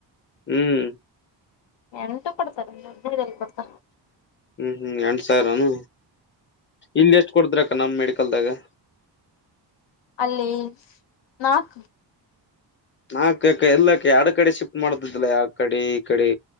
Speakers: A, on the left; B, on the left.
A: ಹ್ಮ್
B: ಎಂಟು ಕೊಡ್ತಾರೆ ಎಲ್ಲಿ ಕೊಡ್ತ
A: ಹ್ಮ್ ಹ್ಮ್ ಎಂ ಸಾಗರನು ಇಲ್ಲ ಎಷ್ಟ್ ಕೊಡದ್ರಕ್ಕ ನಮ್ ಮಡ ಕಲ್ದಾಗ
B: ಅಲ್ಲಿ ನಾಕ
A: ನಾಕ ಎಲ್ಲಾ ಎರಡ ಕಡೆ ಶಿಫ್ಟ್ ಮಾಡತಿದ್ದಿಲ್ಲ ಯ ಕಡೆ ಈ ಕಡೆ